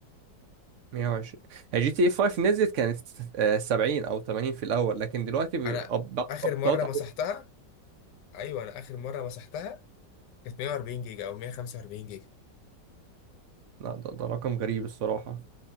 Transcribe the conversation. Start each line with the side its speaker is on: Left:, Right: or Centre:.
Right: 120 هي جي تي اي 5 نزلت كانت آه، 70 او 80 في الاول لكن دلوقتي
Left: انا اخر
Right: ابطال
Left: مره مسحتها ايوه انا اخر مره مسحتها كانت 140 جيجا او 145 جيجا
Right: لا ده, ده رقم غريب الصراحة